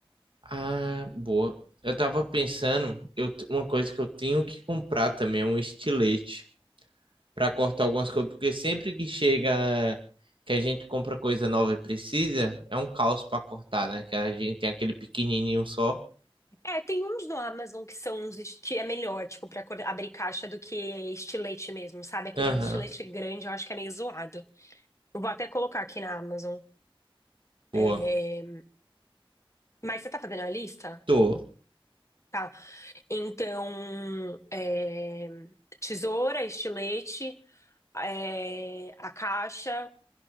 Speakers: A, on the right; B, on the left.
A: Ah, boa. Eu tava pensando, eu, t- uma coisa que eu tenho que comprar também é um estilete para cortar algumas coisas, porque sempre que chega que a gente compra coisa nova e precisa, é um caos para cortar, né? Que a gente tem aquele pequenininho só.
B: É, tem uns no Amazon que são uns es- que é melhor, tipo, pra acor- abrir caixa do que estilete mesmo, sabe? Aqueles
A: Aham,
B: estilete grande, eu acho que é meio zoado. Eu Vou até colocar aqui na Amazon.
A: boa.
B: É, Mas você tá fazendo a lista?
A: Tô.
B: Tá. Então, é, tesoura, estilete. é, a caixa